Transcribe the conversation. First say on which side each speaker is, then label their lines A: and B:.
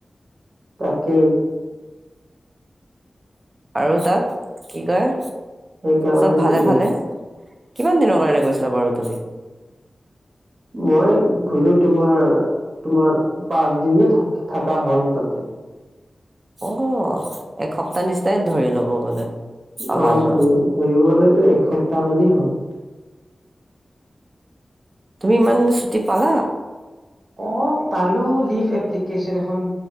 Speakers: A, on the right; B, on the right.
A: তাকে।
B: আৰু তা'ত কি কয়
A: সেইকাৰণেতো
B: চব ভালে-ভালে।
A: গৈছো।
B: কিমান দিনৰ কাৰণে গৈছিলা বাৰু তুমি?
A: মই গ'লো তোমাৰ, তোমাৰ পাঁচ দিনে থকা হ'ল তা'তে।
B: অ', এসপ্তাহ নিচিনাই ধৰি ল'ব গ'লে। অহা
A: অঁ',
B: যোৱা
A: ধৰি-ধৰিবলৈতো এসপ্তাহ মানেই হ'ল।
B: তুমি ইমান ছুটি পালা?
A: অঁ', -পালো, লিভ এপ্লিকেশচন এখন